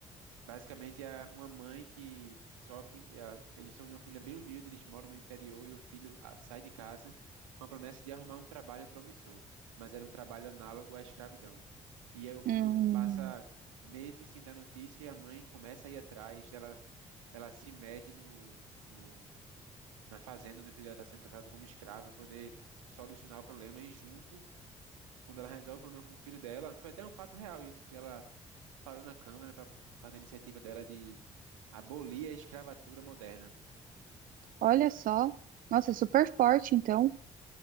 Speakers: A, on the right (about 80°); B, on the right (about 55°).
A: Basicamente é uma mãe que sofre, ela- eles são de uma família bem humilde, eles moram no interior e o filho ah, sai de casa com a promessa de arrumar um trabalho promissor, mas era um trabalho análogo à escravidão. E aí o filho
B: Hum,
A: passa meses sem dar notícia e a mãe começa a ir atrás, ela, ela se mete no, no na fazenda onde o filho dela está sendo tratado como escravo para poder solucionar o problema e junto, quando ela resolve o problema com o filho dela, foi até um fato real isso, que ela parou na Câmara pra, por causa da iniciativa dela de abolir a escravatura moderna.
B: olha só. Nossa, é super forte, então,